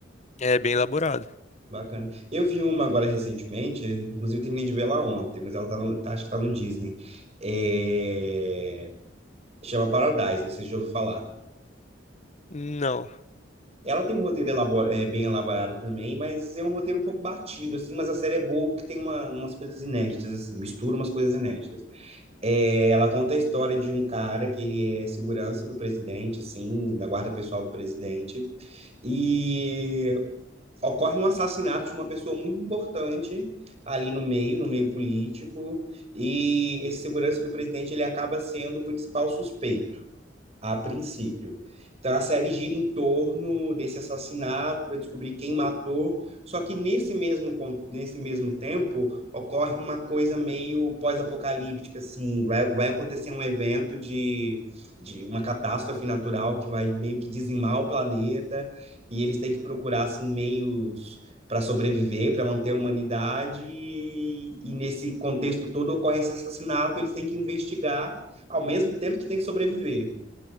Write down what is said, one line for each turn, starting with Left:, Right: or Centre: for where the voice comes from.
Left: É bem elaborado.
Right: Bacana. Eu vi uma agora recentemente, inclusive terminei de ver ela ontem, mas ela tá no, tá, acho que tá no Disney. É... Chama Paradise, não sei se já ouviu falar.
Left: Não.
Right: Ela tem um roteiro elabora- é, bem elaborado também, mas é um roteiro um pouco batido, assim, mas a série é boa porque tem uma- umas coisas inéditas, assim, mistura umas coisas inéditas. É, ela conta a história de um cara que ele é segurança do presidente, assim, da guarda pessoal do presidente, e ocorre um assassinato de uma pessoa muito importante ali no meio, no meio político, e esse segurança do presidente, ele acaba sendo o principal suspeito a princípio. Então a série gira em torno desse assassinato para descobrir quem matou, só que nesse mesmo, con- nesse mesmo tempo ocorre uma coisa meio pós-apocalíptica, assim, vai, vai acontecer um evento de, de uma catástrofe natural que vai meio que dizimar o planeta e eles têm que procurar assim, meios para sobreviver, para manter a humanidade, e, e nesse contexto todo ocorre esse assassinato, eles têm que investigar ao mesmo tempo que têm que sobreviver.